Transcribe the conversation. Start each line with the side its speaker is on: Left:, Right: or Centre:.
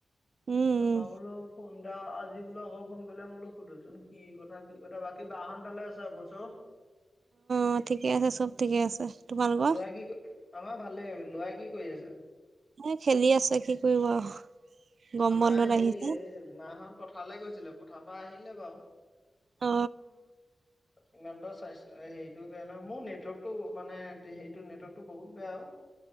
Right: উম
Left: তাৰপৰা
Right: উম
Left: বোলো ফোন <unintelligible> আজি বোললে আকৌ ফোন কৰিলে মোৰ বোলো সোধোচোন কি কথা কি কথা বাকী বা হঁত ভালে আছে <unintelligible>
Right: অ' ঠিকে আছে চব ঠিকে আছে। তোমালোকৰ
Left: ল'ৰা কি আমাৰ ভালেই ল'ৰাই কি কৰি আছে?
Right: এ খেলি আছে কি কৰিব আৰু। গম
Left: আমাৰ
Right: বন্ধত
Left: হেৰি
Right: আহিছে
Left: এই মাঁ হত পথাৰলৈ গৈছিলে পথাৰৰ পৰা আহিলে বাৰু।
Right: অ
Left: ইমানটা চাই হেৰিটোও বেয়া নহয় মোৰ নেটৱৰ্কটো মানে হেৰিটো নেটৱৰ্কটো বহুত বেয়া আৰু।